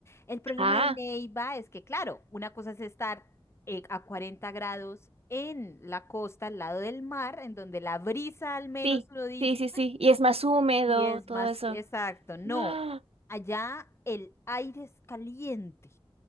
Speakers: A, on the left; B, on the right.
A: El problema
B: <laughs>
A: de Neiva
B: ah,
A: es que, claro, una cosa es estar eh, a 40 grados en la costa, al lado del mar, en donde la brisa al menos
B: sí,
A: uno dice,
B: sí, sí, sí, y es más húmedo,
A: Y es
B: todo
A: más
B: eso.
A: exacto. No,
B: ¡Ah!
A: allá el aire es caliente.